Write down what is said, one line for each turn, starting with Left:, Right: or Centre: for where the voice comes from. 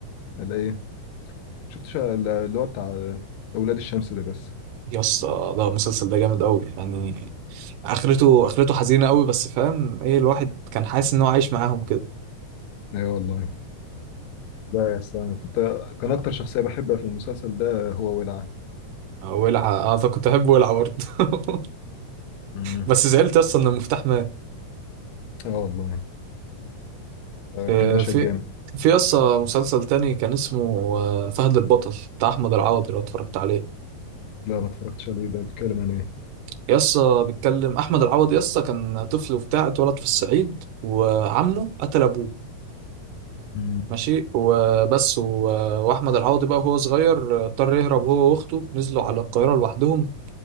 Left: ال ايه شفتش ال- اللي هو بتاع اولاد الشمس ده بس
Right: يا اسطى ده المسلسل ده جامد قوي يعني اخرته اخرته حزينه قوي بس فاهم ايه الواحد كان حاسس ان هو عايش معاهم كده
Left: ايوه والله لا يا اسطى انا كنت كان اكتر شخصيه بحبها في المسلسل ده هو ولعه
Right: ولع اه طب كنت احب ولع برضه <laughs>
Left: امم
Right: بس زعلت يسطا ان المفتاح مات
Left: اه والله آه،
Right: آه،
Left: كان مشهد
Right: في
Left: جامد
Right: في يسطا مسلسل تاني كان اسمه آه، فهد البطل بتاع احمد العوضي لو اتفرجت عليه
Left: لا ما اتفرجتش عليه ده بيتكلم عن ايه
Right: يسطا بيتكلم احمد العوضي يسطا كان طفل وبتاع اتولد في الصعيد وعمه قتل ابوه
Left: امم
Right: ماشي وبس و- واحمد العوضي بقى وهو صغير آه، اضطر يهرب هو واخته نزلوا على القاهره لوحدهم